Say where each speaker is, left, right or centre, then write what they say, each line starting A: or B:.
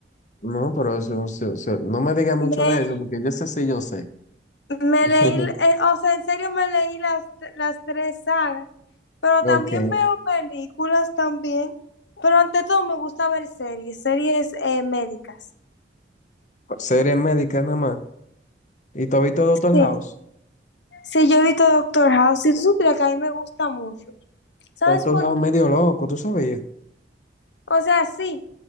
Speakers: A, on the left; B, on the left.
A: No, pero eso, eso- eso- no me digas mucho
B: Me,
A: de eso, porque yo sé si yo sé.
B: me
A: <laughs>
B: leí, eh, o sea, en serio me leí las, las tres sagas, pero también
A: Ok.
B: veo películas también, pero ante todo me gusta ver series, series eh, médicas.
A: Series médicas nada más. ¿Y tú has visto Doctor
B: Sí,
A: House?
B: sí, yo he visto Doctor House, si tú supieras que a mí me gusta mucho. ¿Sabes
A: Doctor
B: por
A: House
B: qué?
A: medio loco, ¿tú sabías?
B: O sea, sí,